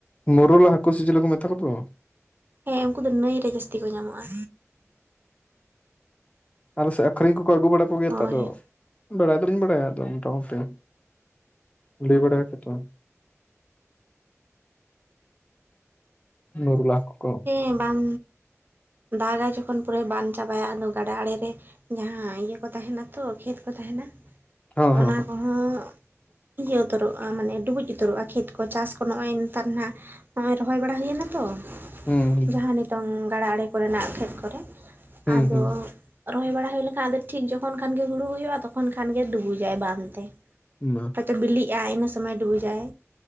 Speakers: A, on the left; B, on the right.
A: ᱢᱳᱨᱳᱞᱟ ᱦᱟᱹᱠᱩ ᱥᱤ ᱪᱮᱞᱮ ᱠᱚ ᱢᱮᱛᱟ ᱠᱚ ᱫᱚ?
B: ᱦᱮᱸ ᱩᱝᱠᱩ ᱫᱚ ᱱᱟᱹᱭ ᱨᱮ ᱡᱟᱹᱥᱛᱤ ᱠᱚ ᱧᱟᱢᱚᱜ-ᱟ᱾
A: ᱟᱞᱮ ᱥᱮᱫ ᱟᱹᱠᱷᱨᱤᱧ ᱠᱚᱠᱚ ᱟᱹᱜᱩ ᱵᱟᱲᱟ ᱠᱚᱜᱮᱭᱟ
B: ᱦᱳᱭ
A: ᱛᱚ ᱟᱫᱚ ᱵᱟᱲᱟᱭ ᱫᱚᱞᱤᱧ ᱵᱟᱲᱟᱭᱟ ᱟᱫᱚ ᱢᱚᱴᱟ ᱢᱩᱴᱤ ᱞᱟᱹᱭ ᱵᱟᱲᱟᱭ ᱟᱠᱳ ᱛᱚ᱾ ᱱᱳᱨᱳᱞᱟ ᱦᱟᱹᱠᱳ ᱠᱚ᱾
B: ᱦᱮᱸ ᱵᱟᱱ ᱫᱟᱜᱟᱭ ᱡᱚᱠᱷᱚᱱ ᱯᱩᱨᱟᱹᱭ ᱵᱟᱱ ᱪᱟᱵᱟᱭᱟ ᱟᱫᱚ ᱜᱟᱰᱟ ᱟᱲᱮ ᱨᱮ ᱡᱟᱦᱟᱸ ᱤᱭᱟᱹ ᱠᱚ ᱛᱟᱦᱮᱱᱟ ᱛᱚ ᱠᱷᱮᱛ ᱠᱚ ᱛᱟᱦᱮᱱᱟ
A: ᱦᱚᱸ ᱦᱚᱸ
B: ᱚᱱᱟ ᱠᱚᱦᱚᱸ ᱤᱭᱟᱹ ᱩᱛᱟᱹᱨᱚᱜ-ᱟ ᱢᱟᱱᱮ ᱰᱩᱵᱩᱡ ᱩᱛᱟᱹᱨᱚᱜ-ᱟ ᱠᱷᱮᱛ ᱠᱚ ᱪᱟᱥ ᱠᱚ ᱱᱚᱜᱚᱭ ᱱᱮᱛᱟᱨ ᱱᱟᱜ ᱡᱚᱜᱚᱭ ᱨᱚᱦᱚᱭ ᱵᱟᱲᱟ ᱦᱩᱭᱱᱟ ᱛᱚ
A: ᱦᱚᱸ ᱦᱩᱸ
B: ᱡᱟᱦᱟᱸ ᱱᱤᱛᱳᱝ ᱜᱟᱰᱟ ᱟᱲᱮ ᱠᱚᱨᱮᱱᱟᱜ ᱠᱷᱮᱛ ᱠᱚᱨᱮ
A: ᱦᱩᱸ
B: ᱟᱫᱚ
A: ᱦᱩᱸ
B: ᱨᱚᱦᱚᱭ ᱵᱟᱲᱟ ᱦᱩᱭ ᱞᱮᱠᱷᱟᱱ ᱟᱫᱚ ᱴᱷᱤᱠ ᱡᱚᱠᱷᱚᱱ ᱠᱷᱟᱱ ᱜᱮ ᱦᱩᱲᱩ ᱦᱩᱭᱩᱜ-ᱟ ᱛᱚᱠᱷᱚᱱ ᱠᱷᱟᱱ ᱜᱮ ᱰᱩᱵᱩᱡᱟᱭ ᱵᱟᱱ ᱛᱮ᱾
A: <inaudible>
B: ᱦᱳᱭᱛᱚ ᱵᱤᱞᱤᱜᱟᱭ ᱤᱱᱟᱹ ᱥᱳᱢᱳᱭ ᱰᱩᱵᱩᱡᱟᱭ᱾